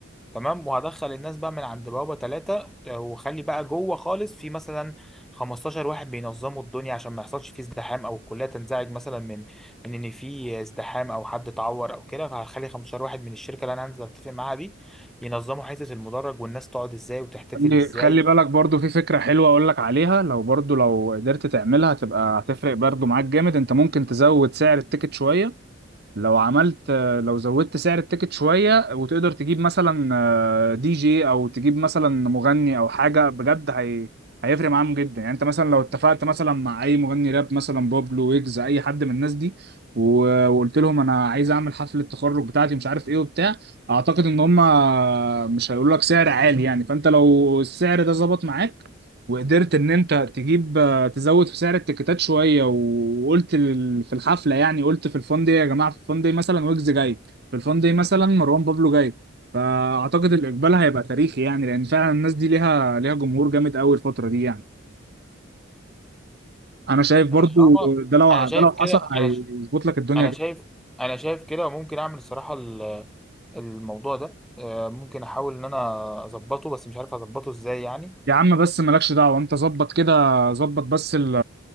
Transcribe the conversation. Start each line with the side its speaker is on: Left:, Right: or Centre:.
Centre: تمام وهدخل الناس بقى من عند بوابة ثلاثة وخلي بقى جوه خالص في مثلا 15 واحد بينظموا الدنيا عشان ما يحصلش فيه ازدحام او الكلية تنزعج مثلا من من ان في ازدحام او حد اتعور او كده فهخلي 15 واحد من الشركة اللي انا هنزل اتفق معاها دي ينظموا حتة المدرج والناس تقعد ازاي وتحتفل
Right: خلي
Centre: ازاي
Right: خلي بالك برضو في فكرة حلوة اقول لك عليها لو برضو لو قدرت تعملها هتبقى هتفرق برضو معاك جامد انت ممكن تزود سعر التيكت شوية لو عملت لو زودت سعر التيكت شوية وتقدر تجيب مثلا آه، دي جي او تجيب مثلا مغني او حاجة بجد هي هيفرق معاهم جدا يعني انت مثلا لو اتفقت مثلا مع اي مغني راب مثلا بابلو ويجز اي حد من الناس دي و- وقلت لهم انا عايز اعمل حفلة التخرج بتاعتي مش عارف ايه وبتاع اعتقد ان هم مش هيقولوا لك سعر عالي يعني فانت لو السعر ده ظبط معاك وقدرت ان انت تجيب تزود في سعر التيكيتات شويه وقلت لل- في الحفله يعني قلت في الفان دي يا جماعه في الفان دي مثلا ويجز جاي في الفان دي مثلا مروان بابلو جاي فاعتقد الاقبال هيبقى تاريخي يعني لان فعلا الناس دي ليها ليها جمهور جامد قوي الفتره دي يعني انا شايف برضو
Centre: طالما
Right: ده لو
Centre: انا شايف
Right: ده لو حصل
Centre: كده
Right: هيظبط
Centre: انا ش-
Right: لك الدنيا
Centre: انا شايف انا شايف كده وممكن اعمل الصراحة ال- الموضوع ده آه، ممكن احاول ان انا اظبطه بس مش عارف اظبطه ازاي يعني
Right: يا عم بس مالكش دعوة انت ظبط كده ظبط بس ال